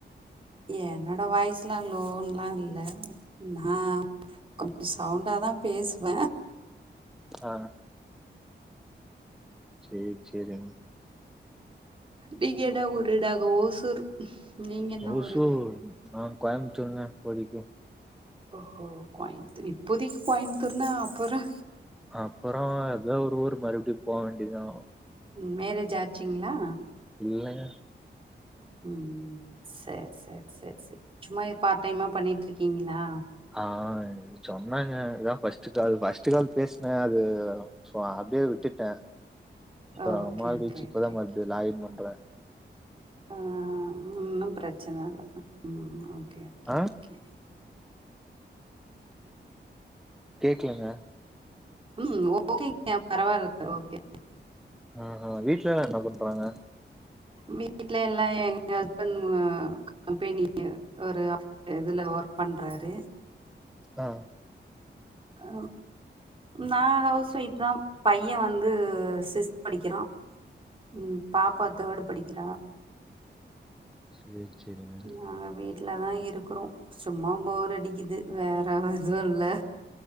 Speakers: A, on the right; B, in the centre.
A: என்னோட வாய்ஸ்லா லோன்லா இல்ல நா கப்ஸ் சவுண்டா தா பேசுவ
B: அ சேர் சேரிங்
A: நீங்க என்னா ஊரு நாங்க ஓசூர் நீங்க என்ன
B: ஓசூர்
A: ஊரு
B: நாங்க கோயமுத்துருங்க இப்போதிக்கு
A: ஓகோ கோயமுத்தூர் இப்போதிக்கு கோயமுத்தூர்னா அப்புறோ
B: அப்பறோ ஏதோ ஒரு ஊர் மறுபுடி போ வேண்டிதா
A: மேரேஜ் ஆச்சுங்ளா
B: இல்லங்க
A: ம் சேர் சேர் சேர் சேர் சும்மா இது பாட் டைமா பண்ணிட் இருக்கீங்ளா
B: ஆ சொன்னங்க இதா ஃபஸ்ட் கால் ஃபஸ்ட் கால் பேசின அது சோ அப்டியே விட்டுட்ட இப்ப
A: ஓகே
B: நா ரொம்ப நாள்
A: ஓகே
B: கழிச்சி இப்பதா
A: ஓகே
B: மறுபடியு லாகீன் பண்ற
A: ஆ ஒன்னு பிரச்சன இல்ல ம் ஓகே ஓகே
B: ஆ
A: ஓகே
B: கேக்லங்க
A: ம் ஓகேங்க பரவால்ல ஓகே
B: அ அ வீட்லலா என்ன பண்றாங்க
A: வீட்ல எல்லா எங்க ஹஸ்பண் கம்பெனி ய ஒரு அப் இதுல ஒர்க் பண்றாரு
B: அ
A: ஆ நா ஹவுஸ் ஒய்ஃப் தா பைய வந்து சிஸ் படிக்கிறா ம் பாப்பா தேடு படிக்கிறா
B: சேரி சேரிங்க
A: நாங்க வீட் வீட்டுலதா இருக்கிறோ சும்மா போர் அடிக்குது வேற எதுவு இல்ல